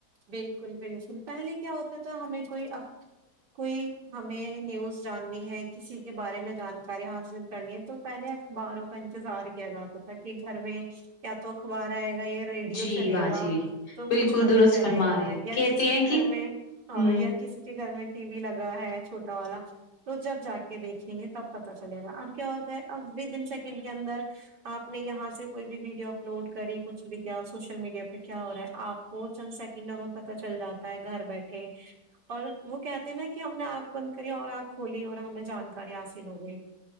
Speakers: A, on the right (about 85°); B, on the left (about 75°).
A: بالکل بالکل پہلے کیا ہوتا تھا ہمیں کوئی کوئی ہمیں نیوز جاننی ہے کسی کے بارے میں جانکاری حاصل کرنی ہے تو پہلے اخباروں کا انتظار کیا جاتا تھا کہ گھر میں کیا تو اخبار آئے گا یہ ریڈیو
B: جی
A: چلے
B: باجی
A: گا تو
B: بالکل
A: کچھ پتا
B: درست
A: چلے
B: فرما
A: گا
B: رہے ہیں
A: یا
B: کہتے
A: جس کے
B: ہیں
A: گھر
B: کہ
A: میں ہاں
B: ہوں
A: یا کسی کے گھر میں ٹی وی لگا ہے چھوٹا والا تو جب جا کے دیکھیں گے تب پتا چلے گا اب کیا ہوتا ہے اب ودن سیکنڈ کے اندر آپ نے یہاں سے کوئی بھی ویڈیو اپلوڈ کری کچھ بھی کیا سوشل میڈیا پے کیا ہو رہا ہے آپ کو چند سیکنڈوں میں پتہ چل جاتا ہے گھر بیٹھے اور وہ کہتے ہیں نا کہ ہم نے آنکھ بند کری اور آنکھ کھولی اور ہمیں جانکاری حاصل ہو گئی